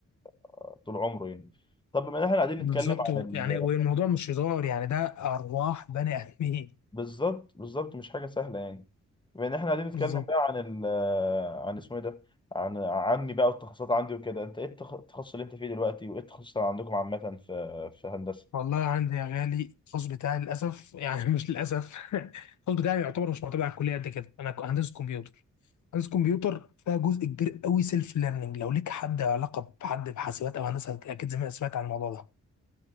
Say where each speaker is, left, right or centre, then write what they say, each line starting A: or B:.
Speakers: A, on the left (about 15°); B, on the left (about 75°).
A: آه، طول عمره يعني طب بما ان احنا قاعدين نتكلم
B: بالظبط و-
A: عن
B: يعني والموضوع مش هزار يعني ده ارواح بني ادمين
A: بالظبط بالظبط مش حاجة سهلة يعني بما ان احنا قاعدين نتكلم
B: بالظبط
A: بقى عن ال آه، عن اسمه ايه ده عن عني بقى والتخصصات عندي وكده انت ايه التخ- التخصص اللي انت فيه دلوقتي وايه التخصص اللي عندكم عامة في في هندسة
B: والله عندي يا غالي التخصص بتاعي للاسف يعني مش للاسف <laughs> التخصص بتاعي يعتبر مش معتمد على الكليه قد كده انا ك- هندسه كمبيوتر هندسه كمبيوتر فيها جزء كبير قوي سيلف ليرنينج لو ليك حد علاقه بحد بحاسبات او هندسه اكيد زمان سمعت عن الموضوع ده